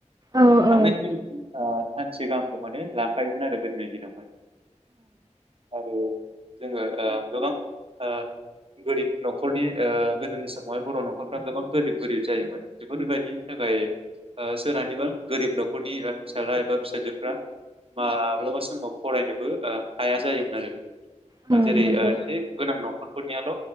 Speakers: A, on the right; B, on the right.
A: औ औ
B: थांनाय फैनायाव सानसे गाहामखौ माने लांखायोमोन आरो गोदोनि दिनावहाय। आरो जोङो ओ गोबां ओ गोरिब न'खरनि ओ गोदोनि समावहाय बर' न'खरफ्रा गोबां गोरिब गोरिब जायोमोन बेफोरबायदि थाखाय ओ सोरहानिबा गोरिब न'खरनि फिसाला एबा फिसाजो फ्राय माब्लाबा समाव फरायनोबो हाया जायोमोन आरो
A: औ नंगौ
B: जेरै ओ एसे गोनां दं नखर फोरनियाल'